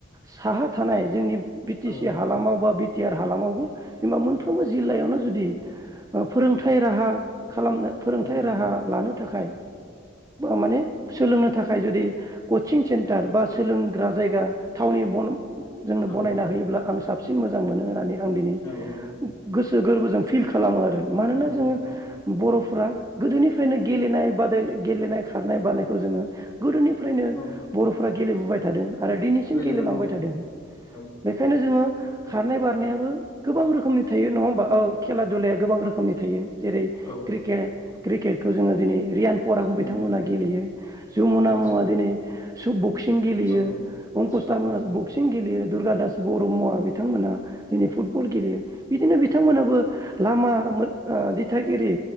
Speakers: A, on the right; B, on the left.
A: साहा थानाय जोंनि बि टि
B: औ
A: सि हालामाव बा बि टि आर हालामावबो जेनेबा मोनफ्रोमबो जिल्लायावनो जुदि फोरोंथाइ राहा खालामनो फोरोंथाइ
B: औ
A: राहा लानो थाखाय माने सोलोंनो थाखाय जुदि कचिं सेन्टार बा सोलोंग्रा जायगा थावनि बन जोंनो
B: औ
A: बनायना होयोब्ला आं साब सिन मोजां मोन होननानै आं दिनै
B: औ
A: गोसो गोरबोजों फिल खालामो आरो। मानोना
B: औ
A: जोङो बर'फ्रा गोदोनिफ्रायनो गेलेनाय बादायलाय गेलेनाय खारनाय बानायखौ जोङो गोदोनिफ्रायनो
B: औ
A: बर'फोरा गेलेबोबाय थादों आरो दिनैसिम
B: गेलेदों
A: गेलेलांबाय
B: औ
A: थादों
B: औ
A: बेखायनो जोङो खारनाय बारनायाबो गोबां रोखोमनि थायो नङा होमबा? औ खेला दुलाया गोबां रोखोमनि थायो जेरै
B: औ
A: खे क्रिकेटखौ जोङो दिनै रियान परां बिथांमोनहा
B: उम
A: गेलेयो जुमुना
B: औ
A: मुवा दिनै सु बुक बक्सिं गेलेयो
B: औ
A: अंकुसथा
B: औ
A: मोना बक्सिं गेलेयो दुरा दास बर' मुङा थांमोना दिनै फुटबल गेलेयो बिदिनो बिथांमोनाबो लामा ओ मो ओ दिथागिरि